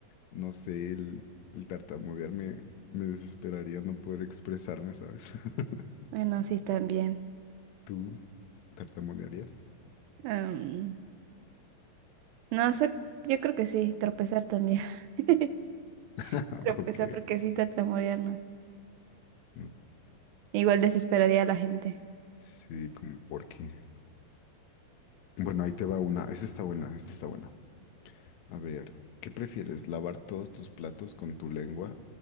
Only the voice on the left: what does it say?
no sé, el, el tartamudear me, me desesperaría no poder expresarme, ¿sabes? <laughs>
¿Tú tartamudearías?
<laughs>
Ah, Ok.
Mm,
Sí, como por qué. Bueno, ahí te va una. Esta está buena, esta está buena. A ver, ¿qué prefieres? ¿Lavar todos tus platos con tu lengua